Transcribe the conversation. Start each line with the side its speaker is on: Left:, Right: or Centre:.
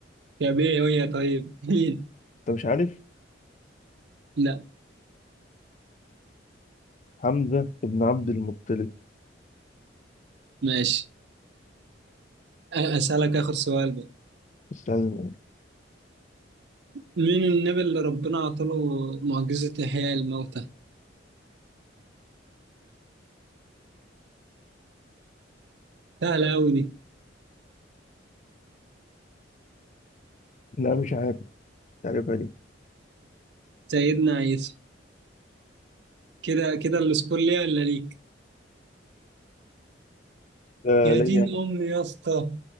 Right: يا بيه ويا طيب <laughs>
Left: انت مش عارف
Right: لا
Left: حمزه بن عبد المطلب
Right: ماشي أ- أسألك آخر سؤال بقى
Left: استنى
Right: مين النبي اللي ربنا عطاله معجزة إحياء الموتى؟ سهلة أوي دي
Left: لا مش عارف تعرفها دي
Right: سيدنا عيسى كده كده السكور ليا ولا ليك؟
Left: لا
Right: يا
Left: ليا
Right: دين أمي يا اسطى